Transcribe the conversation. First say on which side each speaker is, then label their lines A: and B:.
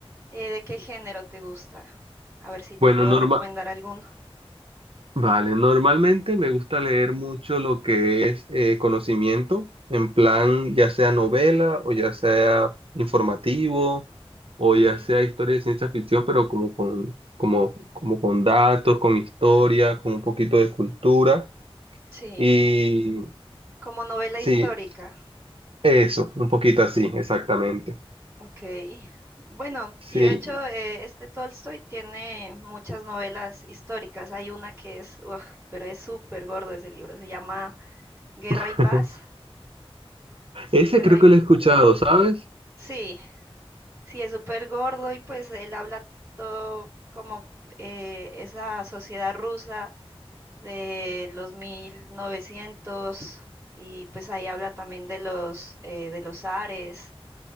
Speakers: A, on the right; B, on the right.
A: eh, ¿de qué género te gusta? A ver si te
B: Bueno,
A: puedo
B: norma-
A: recomendar alguno.
B: Vale, normalmente me gusta leer mucho lo que es eh, conocimiento, en plan ya sea novela o ya sea informativo o
A: Sí.
B: ya sea historia de ciencia ficción, pero como con, como, como con datos, con historia, con un poquito de cultura.
A: Sí,
B: Y
A: como novela
B: sí,
A: histórica.
B: eso, un poquito así, exactamente.
A: Ok. Bueno,
B: Sí,
A: y de hecho eh, este Tolstoy tiene muchas novelas históricas. Hay una que es, uf, pero es súper gordo ese libro. Se llama Guerra
B: <laughs>
A: y Paz.
B: ese
A: Guerra
B: creo
A: y
B: que lo he escuchado,
A: Paz.
B: ¿sabes?
A: Sí, sí, es súper gordo y pues él habla todo como eh, esa sociedad rusa de los 1900 y pues ahí habla también de los, eh, de los zares